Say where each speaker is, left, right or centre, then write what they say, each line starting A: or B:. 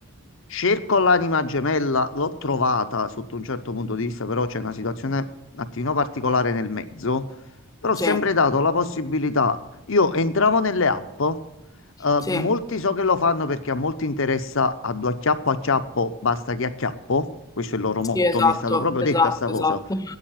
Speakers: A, on the left; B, on the left.
A: Cerco l'anima gemella, l'ho trovata sotto un certo punto di vista, però c'è una situazione un attimino particolare nel mezzo. Però
B: sì.
A: ho sempre dato la possibilità. Io entravo nelle app, eh,
B: Sì,
A: molti so che lo fanno perché a molti interessa a due acchiappo acchiappo, basta che acchiappo. Questo è il loro
B: sì,
A: motto,
B: esatto,
A: mi è stato proprio
B: esatto,
A: detta sta cosa.
B: esatto.